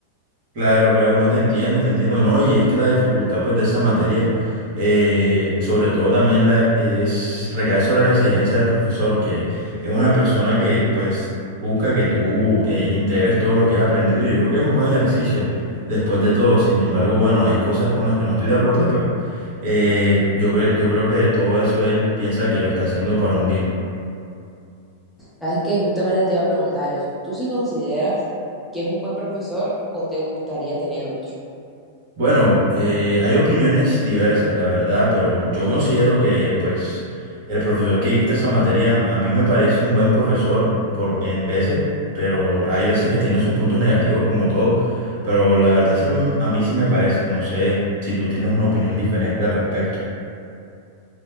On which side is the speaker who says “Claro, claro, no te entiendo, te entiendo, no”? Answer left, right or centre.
Right